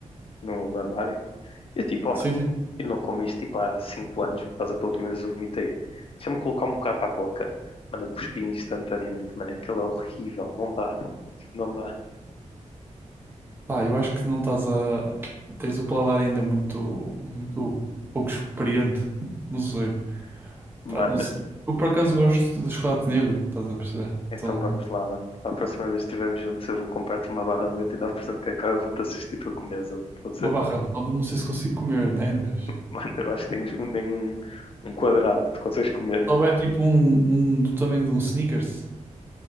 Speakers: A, on the left (about 45°); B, on the right (about 15°).
A: no, no armário. E eu, tipo, oh,
B: Sim,
A: mano,
B: sim.
A: eu não como isto, tipo, há 5 anos, por causa que da última vez eu vomitei. Deixa-me colocar um bocado à boca. Mano, eu cuspi instantaneamente, mano, aquilo é horrível. Não dá, não dá.
B: Pá, eu acho que não estás a. Tens o paladar ainda muito, muito pouco experiente. Não sei.
A: Mano,
B: Pá, não sei. Eu por acaso gosto de chocolate negro, estás a perceber?
A: então
B: Então,
A: vamos lá, mano. Para a próxima vez que estivermos juntos, eu vou comprar-te uma barra 99% de cacau e vou-te assistir para comer. Pode ser?
B: uma barra de poda, não sei se consigo comer, né? Mas. Se
A: Mano, eu acho que nem, nem um, um quadrado tu consegues comer.
B: houver tipo um, um do tamanho de um Snickers,